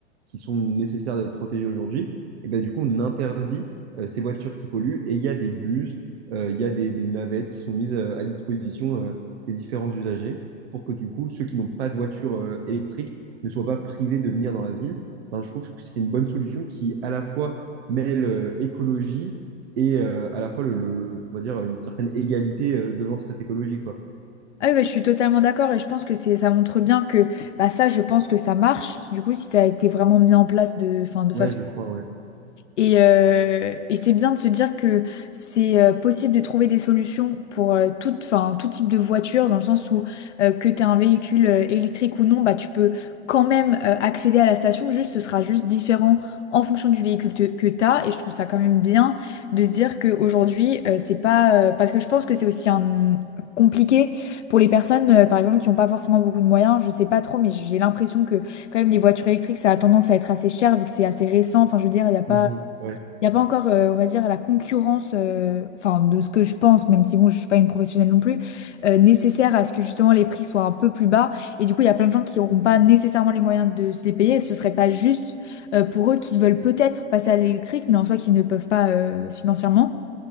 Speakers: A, on the right; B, on the left.
A: qui sont nécessaires d'être protégés aujourd'hui, et ben, du coup, on interdit euh, ces voitures qui polluent et il y a des bus, euh, il y a des, des navettes qui sont mises euh, à disposition euh, des différents usagers pour que du coup, ceux qui n'ont pas de voiture euh, électrique ne soient pas privés de venir dans la ville. Enfin, je trouve que c'est une bonne solution qui, à la fois, mêle euh, écologie et euh, à la fois le, le- on va dire une certaine égalité euh, devant cette écologie, quoi.
B: Ah oui, bah, je suis totalement d'accord et je pense que c'est, ça montre bien que bah, ça, je pense que ça marche. Du coup, si ça a été vraiment mis en place de, enfin, de façon
A: Ouais, je crois, ouais.
B: Et, euh, et c'est bien de se dire que c'est euh, possible de trouver des solutions pour euh, toute, enfin, tout type de voiture, dans le sens où euh, que tu un véhicule euh, électrique ou non, bah, tu peux quand même euh, accéder à la station, juste ce sera juste différent en fonction du véhicule te- que tu as. Et je trouve ça quand même bien de se dire qu'aujourd'hui, euh, c'est pas... euh, parce que je pense que c'est aussi un... compliqué pour les personnes, euh, par exemple, qui n'ont pas forcément beaucoup de moyens. Je sais pas trop, mais j'ai l'impression que quand même les voitures électriques, ça a tendance à être assez cher vu que c'est assez récent. Enfin, je veux dire, il n'y a pas...
A: Mhm, ouais.
B: Il n'y a pas encore, euh, on va dire, la concurrence, euh, enfin, de ce que je pense, même si bon, je suis pas une professionnelle non plus, euh, nécessaire à ce que justement les prix soient un peu plus bas. Et du coup, il y a plein de gens qui n'auront pas nécessairement les moyens de se les payer. Ce serait pas juste euh, pour eux qui veulent peut-être passer à l'électrique, mais en soi qui ne peuvent pas euh, financièrement